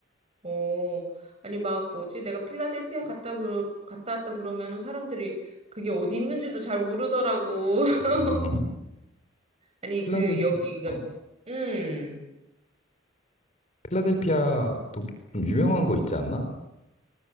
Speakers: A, on the right (about 30°); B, on the left (about 35°).
A: 어, 아니, 막 뭐지? 내가 필라델피아 갔다, 그, 갔다 왔다 그러면은 사람들이 그게 어디 있는지도 잘 모르더라고. <laughs>
B: 음, <laughs>
A: 아니,
B: 필라델피,
A: 그, 여기가,
B: 어?
A: 음,
B: 필라델피아 도 좀 유명한 거 있지 않나?